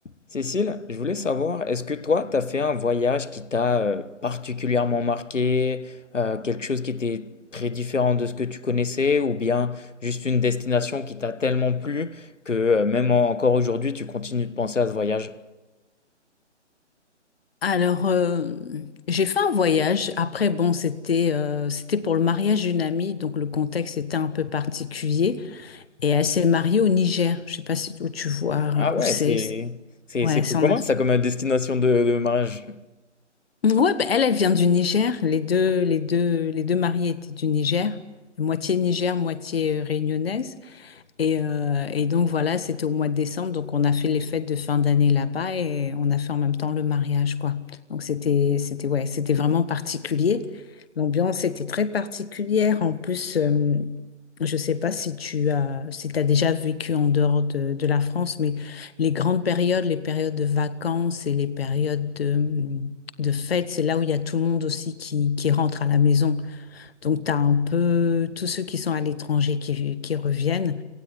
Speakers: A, on the left; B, on the left.
A: Cécile, je voulais savoir, est-ce que toi, tu as fait un voyage qui t'a euh, particulièrement marqué, euh, quelque chose qui était très différent de ce que tu connaissais, ou bien juste une destination qui t'a tellement plu que euh, même en- encore aujourd'hui, tu continues de penser à ce voyage?
B: Alors, euh, j'ai fait un voyage. Après, bon, c'était euh, c'était pour le mariage d'une amie, donc le contexte était un peu particulier. Et elle s'est mariée au Niger. Je sais pas si où tu vois
A: Ah ouais,
B: où c'est.
A: c'est
B: c'est-
A: c'est
B: Ouais,
A: c'est peu
B: c'est
A: commun
B: en Afrique.
A: ça comme destination de, de mariage.
B: Ouais, bah, elle, elle vient du Niger. Les deux, les deux, les deux mariés étaient du Niger, moitié Niger, moitié euh, réunionnaise. Et, euh, et donc voilà, c'était au mois de décembre, donc on a fait les fêtes de fin d'année là-bas et on a fait en même temps le mariage, quoi. Donc c'était, c'était, ouais, c'était vraiment particulier. L'ambiance était très particulière. En plus, euh, je sais pas si tu as, si t'as déjà vécu en dehors de, de la France, mais les grandes périodes, les périodes de vacances et les périodes de, de fêtes, c'est là où il y a tout le monde aussi qui, qui rentre à la maison. Donc tu as un peu tous ceux qui sont à l'étranger qui, qui reviennent.